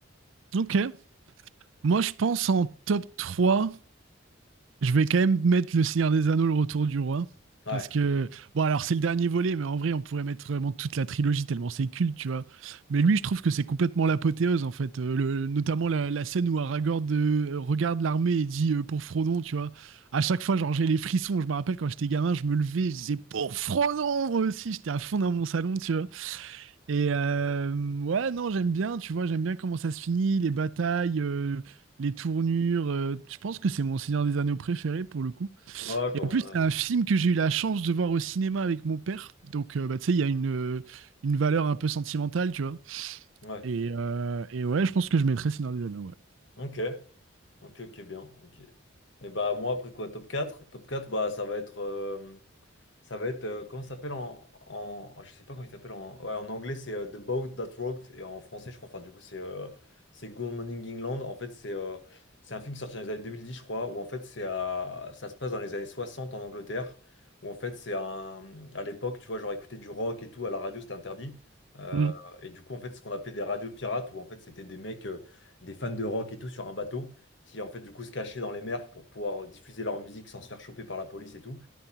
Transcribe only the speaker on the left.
Ouais.
Ouais,
quand-
ouais.
ouais.
Ok. Ok, ok, bien. Ok. Et bah, moi, après quoi, top quatre Top 4 bah, ça va être. euh, Ça va être, euh, comment ça s'appelle en, en, ah, je sais pas comment il s'appelle en, ouais, en anglais c'est euh, The Boat That Rocked et en français je crois, enfin du coup c'est euh, c'est Good Morning England. En fait c'est euh, c'est un film qui est sorti dans les années 2010 je crois, où en fait c'est à, ça se passe dans les années 60 en Angleterre, où en fait c'est un, à l'époque tu vois genre écouter du rock et tout à la radio c'était interdit. Euh,
et du coup en fait ce qu'on appelait des radios pirates, où en fait c'était des mecs, euh, des fans de rock et tout sur un bateau, qui en fait du coup se cachaient dans les mers pour pouvoir diffuser leur musique sans se faire choper par la police et tout.